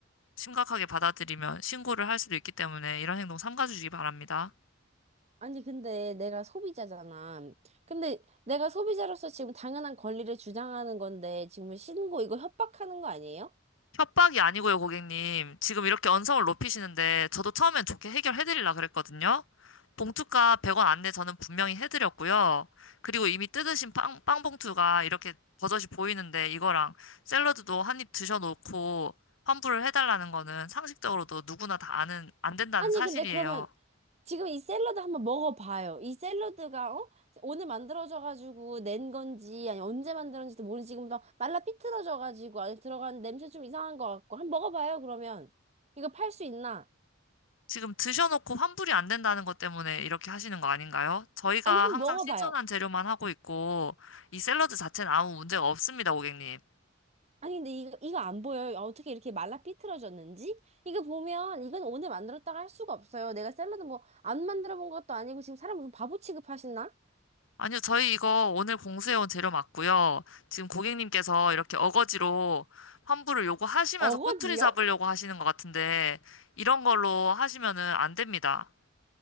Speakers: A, on the left (about 70°); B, on the right (about 35°).
A: 심각하게 받아들이면 신고를 할 수도 있기 때문에 이런 행동 삼가주시기 바랍니다.
B: 아니, 근데 내가 소비자잖아. 근데 내가 소비자로서 지금 당연한 권리를 주장하는 건데, 지금 신고 이거 협박하는 거 아니에요?
A: 협박이 아니고요, 고객님. 지금 이렇게 언성을 높이시는데 저도 처음엔 좋게 해결해드리려 그랬거든요. 봉투가 100원 안내 저는 분명히 해드렸고요. 그리고 이미 뜯으신 빵, 빵 봉투가 이렇게 버젓이 보이는데 이거랑 샐러드도 한 입 드셔놓고 환불을 해달라는 거는 상식적으로도 누구나 다 아는, 안 된다는
B: 아니,
A: 사실이에요.
B: 근데 그러면 지금 이 샐러드 한번 먹어봐요. 이 샐러드가, 어? 오늘 만들어져가지고 낸 건지, 아니, 언제 만들었는지도 모르지. 지금 막 말라 삐뚤어져가지고 안에 들어간 냄새 좀 이상한 것 같고. 한번 먹어봐요, 그러면. 이거 팔 수 있나?
A: 지금 드셔놓고 환불이 안 된다는 것 때문에 이렇게 하시는 거 아닌가요? 저희가
B: 아니, 한번
A: 항상
B: 먹어봐요.
A: 신선한 재료만 하고 있고 이 샐러드 자체는 아무 문제가 없습니다, 고객님.
B: 아니 근데 이거 이거 안 보여요. 아, 어떻게 이렇게 말라 삐뚤어졌는지? 이거 보면 이건 오늘 만들었다가 할 수가 없어요. 내가 샐러드 뭐 안 만들어 본 것도 아니고 지금 사람 무슨 바보 취급하시나?
A: 아니요, 저희 이거 오늘 공수해온 재료 맞고요. 지금 고객님께서 이렇게 어거지로 환불을 요구하시면서
B: 어거지요?
A: 꼬투리 잡으려고 하시는 것 같은데, 이런 걸로 하시면은 안 됩니다.